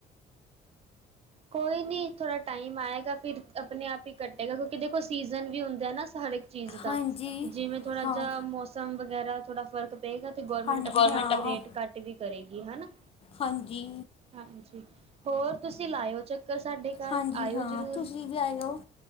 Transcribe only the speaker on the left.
ਹਾਂਜੀ
ਹਾਂ
ਹਾਂਜੀ
ਹਾਂ
ਹਾਂਜੀ।
ਹਾਂਜੀ
ਹਾਂ
ਤੁਸੀਂ ਵੀ ਆਇਓ